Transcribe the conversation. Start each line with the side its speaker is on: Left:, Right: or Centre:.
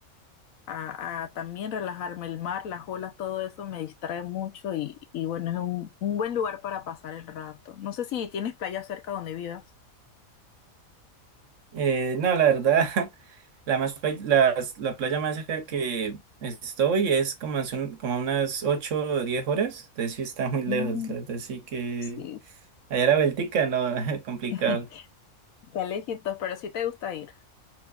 Left: a, a también relajarme. El mar, las olas, todo eso me distrae mucho y, y bueno, es un, un buen lugar para pasar el rato. No sé si tienes playa cerca donde vivas.
Right: Eh, no, la verdad, <laughs> la más pa- las- la playa más cerca que estoy es como, hace un- como unas 8, o 10 horas, entonces sí está muy lejos,
Left: Mm,
Right: la verdad, sí que
Left: sí,
Right: allá la vueltica, no, <laughs> complicado.
Left: <laughs> está lejitos, pero sí te gusta ir